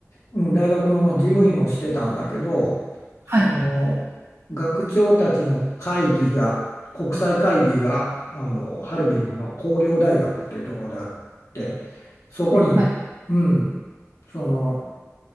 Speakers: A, on the left (about 75°); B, on the right (about 55°).
A: うん大学のまあ事務員をしてたんだけど
B: はい、
A: その学長たちの会議が国際会議があのハルビンの工業大学っていうところであってそこに、
B: はい、はい、
A: うん、その